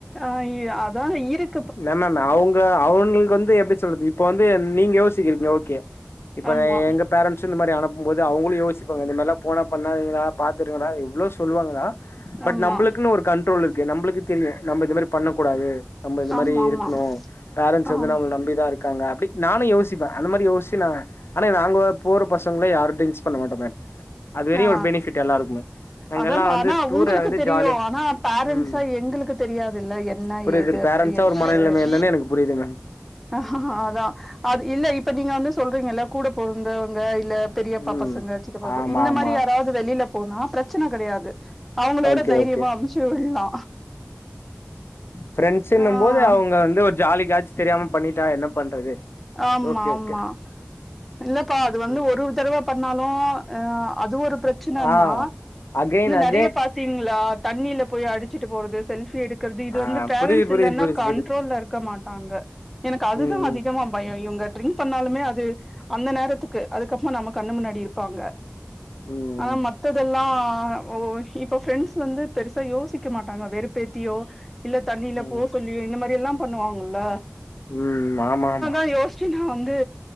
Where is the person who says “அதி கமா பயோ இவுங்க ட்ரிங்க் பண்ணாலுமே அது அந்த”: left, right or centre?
Centre